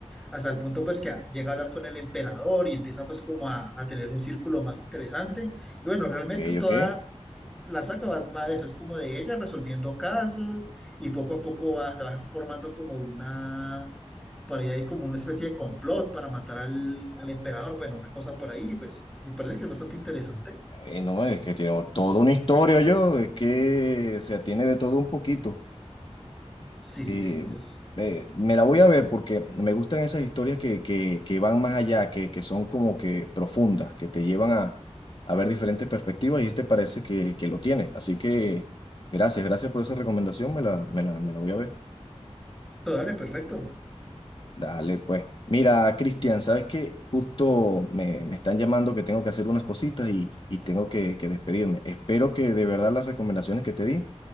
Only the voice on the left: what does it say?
Ok,
ok.
Ay, no, es que tiene toda una historia yo, es que, o sea, tiene de todo un poquito.
eh,
eh, me la voy a ver porque me gustan esas historias que, que, que van más allá, que, que son como que profundas, que te llevan a, a ver diferentes perspectivas y este parece que, que lo tiene. Así que gracias, gracias por esa recomendación, me la, me la, me la voy a ver.
Dale, pues. Mira, Cristian, sabes que justo me, me están llamando que tengo que hacer unas cositas y, y tengo que, que despedirme. Espero que de verdad las recomendaciones que te di